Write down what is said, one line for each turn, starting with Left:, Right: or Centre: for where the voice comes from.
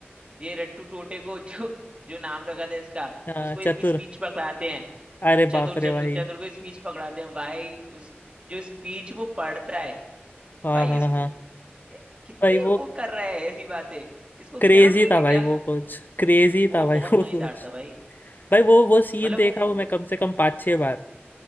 Right: ये रट्टू टोटे को <laughs> जो जो नाम रखा था इसका
Left: हाँ
Right: उसको एक
Left: चतुर
Right: स्पीच पकड़ाते हैं कि
Left: अरे
Right: चतुर
Left: बाप
Right: चतुर
Left: रे भाई
Right: चतुर को स्पीच पकड़ाते हैं भाई उस जो स्पीच वो पढ़ता है
Left: हाँ
Right: भाई
Left: हाँ
Right: इसको
Left: हाँ
Right: कितनी
Left: भाई वो
Right: वो कर रहा है ऐसी बातें इसको
Left: क्रेजी
Right: शर्म नहीं
Left: था
Right: है
Left: भाई
Right: क्या
Left: वो कुछ क्रेजी
Right: वो
Left: था भाई
Right: बहुत
Left: वो
Right: मजेदार
Left: कुछ
Right: था भाई
Left: भाई वो वो सीन
Right: मतलब
Left: देखा
Right: वो मूवी
Left: हूँ मैं कम से कम पाँच छह बार